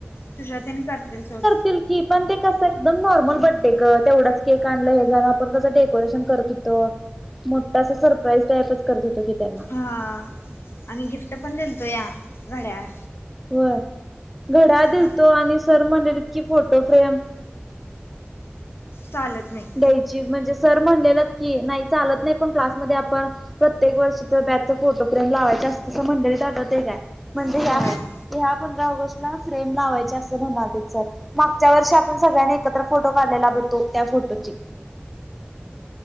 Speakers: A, on the left; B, in the centre.
A: तुषातेनी करतील सोड.
B: तील की पण ते कस एकदम नॉर्मल बड्डे ग तेवढंच केक आणलं हे झालं आपण कसं डेकोरेशन करत हू तो मोठ अस सरप्राईज टाइप करत होतो की त्यां
A: हा आणि गिफ्ट पण दिलतोया, घड्याळ.
B: व्हय घड्याळ दिलतो
A: क
B: आणि सर म्हणलेलीत की फोटो फ्रेम
A: चालत नाही.
B: द्यायची म्हणजे सर म्हणलेलत की नाही चालत नाही पण क्लासमध्ये आपण प्रत्येक वर्षी तर ब्याच फोटो फ्रेम लावायच असत तसं म्हंडळी आटवत काय म्हणजे
A: बर
B: ह्या ह्या पंधरा ऑगस्टला फ्रेम लावायचे असं म्हणालेतेत सर. मागच्या वर्षी आपण सगळ्यांनी एकत्र फोटो काढलेला ब तो त्या फोटोची.